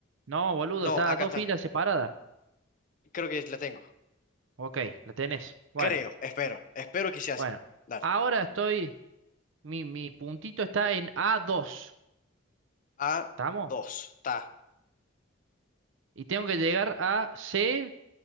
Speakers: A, on the right; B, on the left.
A: No, boludo,
B: No,
A: está
B: acá
A: dos
B: está.
A: filas separadas.
B: Creo que la tengo.
A: Ok, la tenés. Bueno,
B: Creo, espero, espero que sea así.
A: bueno.
B: Dale.
A: Ahora estoy. Mi, mi puntito está en a dos
B: a
A: ¿Estamos?
B: dos ta,
A: Y tengo que llegar a c